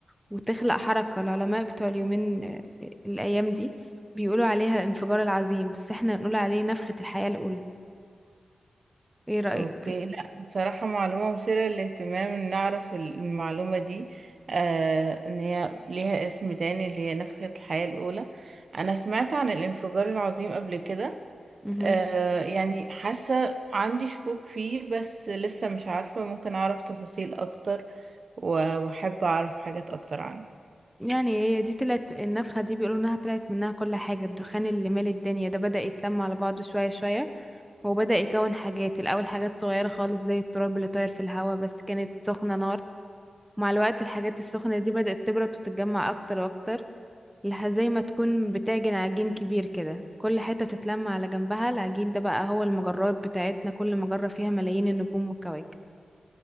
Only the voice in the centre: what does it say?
وتخلق حركة العلماء بتوع اليومين آه، الأيام دي بيقولوا عليها الانفجار العظيم بس احنا نقول عليه نفخة الحياة الأولى ايه رأيك؟
مهم.
يعني هي دي طلعت النفخة دي بيقولوا انها طلعت منها كل حاجة الدخان اللي مال الدنيا ده بدأ يتلم على بعضه شوية شوية وبدأ يكون حاجات الأول حاجات صغيرة خالص زي التراب اللي طاير في الهواء بس كانت سخنة نار مع الوقت الحاجات السخنة دي بدأت تبرد وتتجمع أكتر وأكتر لح- زي ما تكون بتعجن عجين كبير كده كل حتة بتتلم على جنبها العجين ده بقى هو المجرات بتاعتنا كل مجرة فيها ملايين النجوم والكواكب